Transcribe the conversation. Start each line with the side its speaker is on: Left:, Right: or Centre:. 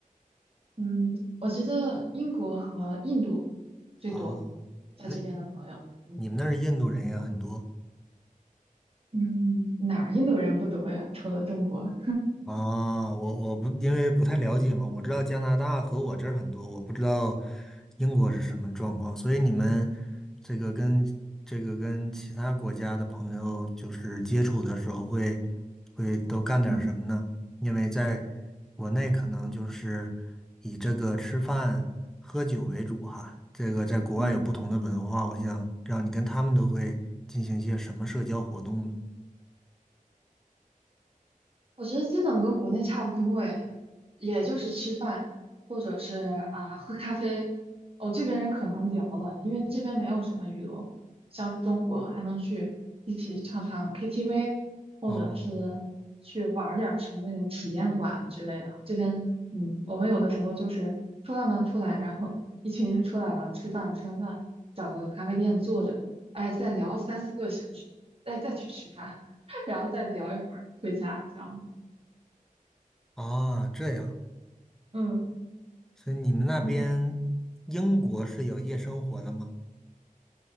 Right: 嗯，我觉得英国和印度最多，
Centre: 啊？所以
Right: 在这边的朋友，嗯
Centre: 你们那儿印度人也很多。
Right: 嗯，哪儿印度人不多呀？除了中国。
Centre: 哦，我我不因为不太了解嘛，我知道加拿大和我这儿很多，我不知道英国是什么状况，所以你们这个跟这个跟其他国家的朋友就是接触的时候会会都干点儿什么呢？
Right: 嗯
Centre: 因为在国内可能就是以这个吃饭喝酒为主哈，这个在国外有不同的文化，
Right: 嗯。
Centre: 我想让你跟他们都会进行一些什么社交活动呢？
Right: 我觉得基本跟国内差不多诶，也就是吃饭或者是啊喝咖啡。哦，这边人可能聊了，因为这边没有什么娱乐活像是中国还能去一起唱唱 KTV，或者是去玩儿点儿什么那种体验馆之类的哈。
Centre: 哦，
Right: 这边嗯，我们有的时候就是出来嘛，出来，然后一群人出来了，吃饭吃完饭，找个咖啡店坐着，哎，再聊三四个小时，再再去吃饭，<laughs> 然后再聊一会儿回家这样。子。
Centre: 啊，这样。
Right: 嗯，
Centre: 所以你们那边英国是有夜生活的吗？
Right: 嗯